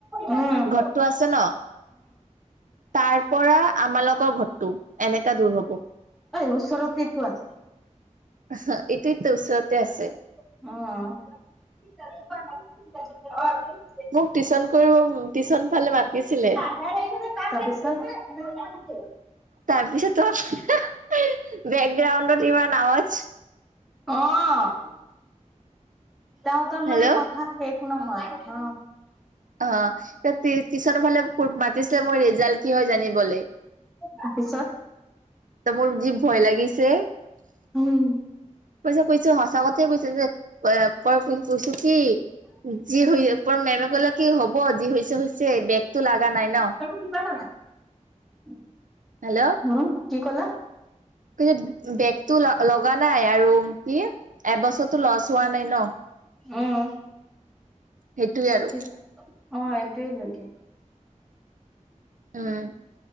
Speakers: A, in the centre; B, on the right.
A: উম উম
B: ঘৰটো আছে ন। তাৰ পৰা আমালোকৰ ঘৰতো এনেকা দূৰ হ'ব।
A: ওচৰতে তো আছে।
B: এইটোৱেই তো ওচৰতে আছে।
A: উ।
B: মোক টিউচন কৰিব টিউচন ফালে মাতিছিলে।
A: তাৰপিছত <unintelligible>
B: তাৰপিছত তোমাৰ বেকগ্ৰাউণ্ডত ইমান আৱাজ।
A: অ', তাহতৰ মানে
B: হেল্ল'
A: কথা শেষ নহয় অ'।
B: অ' টিউচনৰ ফালে মাতিছিলে মোৰ ৰিজাল্ট কি হয় জানিবলৈ।
A: তা পিছত
B: ত' মোৰ যি ভয় লাগিছে কৈছো,
A: উম
B: কৈছো সঁচা কথা কৈছে যে প প কৈছো কি যি হৈ পৰ মেমে কলে কি হ'ব যি হৈছে হৈছে বেগতটো লগা নাই ন।
A: কি বাৰ <unintelligible>
B: হেল্ল'।
A: হু কি কলা।
B: কি বেগতটো লগা নাই আৰু কি এবছৰ টো লছ হোৱা নাই ন
A: উম
B: সেইটোৱে আৰু।
A: ঠিক অ', এইটোৱে লোকে
B: উম